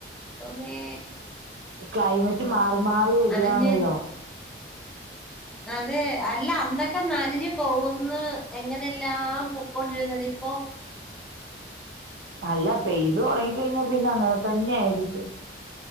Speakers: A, in the centre; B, on the right.
A: ദൈവമേ
B: ക്ലൈമറ്റ് മാറി മാറി വര
A: നനഞ്ഞ്
B: ആണല്ലോ
A: അതെ അല്ല അന്നൊക്കെ നനഞ്ഞ് പോകുന്ന് എങ്ങനെല്ലാം പൊക്കൊണ്ടിരുന്നത് ഇപ്പോ
B: അല്ല പെയ്ത് തുടങ്ങിക്കഴിഞ്ഞാ പിന്നെ അങ്ങനെ തന്നെ ആയിരിക്കും